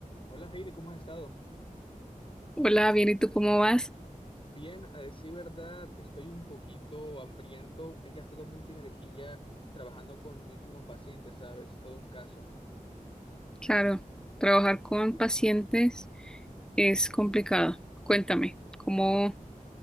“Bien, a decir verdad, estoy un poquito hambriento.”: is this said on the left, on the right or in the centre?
Left